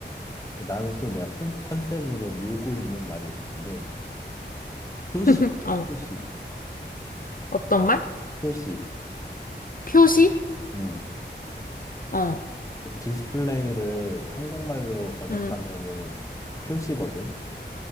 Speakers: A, on the left; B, on the left.
A: 그 나는 또 내가 콘, 컨셉으로 밀고 있는 말이 있는데 표시
B: <laughs> 어,
A: 표시
B: 어떤 말?
A: 표시
B: 표시?
A: 음.
B: 어,
A: 그 디스플레이를 한국말로 번역하면은
B: 음,
A: 표시거든